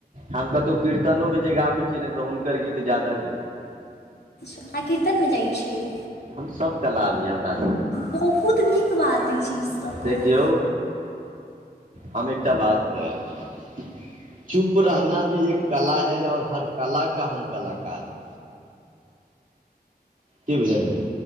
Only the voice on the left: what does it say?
अहाँ कीर्तन मे जाइत छियै
बहुत नीक बात एहि चीज सँ कहू